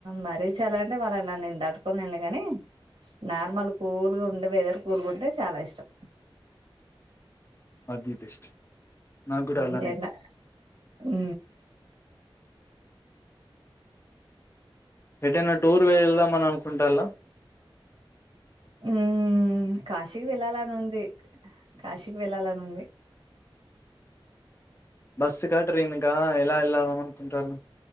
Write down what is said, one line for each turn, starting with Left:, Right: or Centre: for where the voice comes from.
Right: మరీ చలంటే మల్ల నన్నే కూల్ నిల్ కానీ, నార్మల్ కూల్గా ఉండే వెదర్ కూల్గా ఉంటే చాలా ఇష్టం.
Left: ఆది బెస్ట్ నాకు కూడా అలానే
Right: ఊ ఎండ ఉ
Left: ఎటైనా టూర్ వెళ్దామని అనుకుంటాల?
Right: ఉమ్ కాశీ వెళ్లలని ఉంది. కాశీకి వెళ్ళాలని ఉంది.
Left: బస్సుకా ట్రెయినుకా ఎల ఎలా అనుకుంటారు?